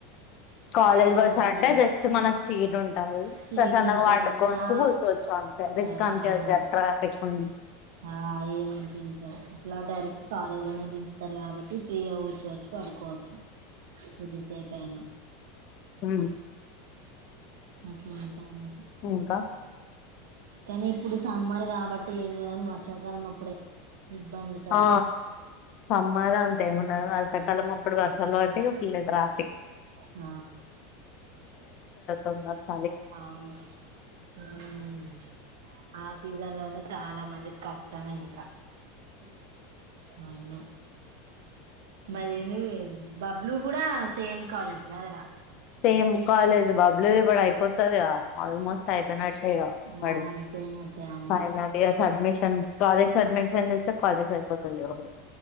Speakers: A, on the left; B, on the right.
A: కాలేజ్
B: ఆ
A: బస్సంటె
B: టూ అండ్ హాఫ్
A: జస్ట్ మనం సీట్. టాయి
B: సీట్
A: ప్రశాంతంగ
B: ఉంటది
A: వండుకోచ్చు
B: ఆ
A: గూసోచ్చంతె రిస్క్
B: కదా
A: అంటె
B: అవును
A: జట్ర. <unintelligible>
B: ఆ ఏమనిపించద్ అట్లా డైరెక్ట్ కాలేజ్లోనే దించుతరి కాబ. <unintelligible> ఫ్రీ అవ్వొచ్చు వొచ్చు పనుకోవచ్చు. కొద్దిసేపైనా.
A: ఊ
B: అట్లా ఉంటారు
A: ఇంకా
B: కానీ ఇప్పుడు సమ్మర్ కాబట్టి ఏం గాదనీ వర్షాకాలం అప్పుడే ఇబ్బంది కదా
A: ఆ సమ్మర్ అంతేముందడు వా కాలం అప్పుడు వర్షాలు పడితే ఇంకా ఫుల్లు ట్రాఫిక్
B: ఆ
A: అవునా స్
B: అవును ఊఆ సీజన్ లోనే చాలా మంది కష్ట ష్టమే ఇంకా అవును మరి నువ్వే బబ్లు కూడా సేమ్ కాలేజ్ కద రా
A: సేమ్ కాలేజ్ బబ్లు ది కూడా అయిపోతదిగ ఆల్మోస్ట్ అయిపోయినట్ ట్ ఇగ
B: ఆ
A: వాడు
B: అయిపోయినట్టే అవును
A: ఫైన డే ఇంకా సఅడ్మిషన్ ప్రాజెక్ట్స్ సాడ్మిషన్ చేస్తే కాలేజ్ అయిపోతది ఇగ వాడు